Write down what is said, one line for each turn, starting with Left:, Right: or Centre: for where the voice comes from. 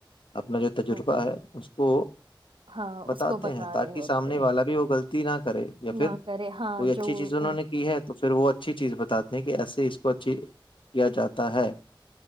Left: اپنا جو تجربہ
Right: وہ
Left: ہے تو
Right: ہاں
Left: بتاتے
Right: اس کو بتا
Left: ہیں تاکہ
Right: رہے ہوتے
Left: سامنے والا بھی وہ غلطی نہ کرے یا پھر
Right: نہ کرے ہاں
Left: کوئی اچھی
Right: جو
Left: چیز انہوں
Right: ان
Left: نے کی ہے تو پھر وہ اچھی چیز بتاتے ہیں سے اس پچ کیا جاتا ہے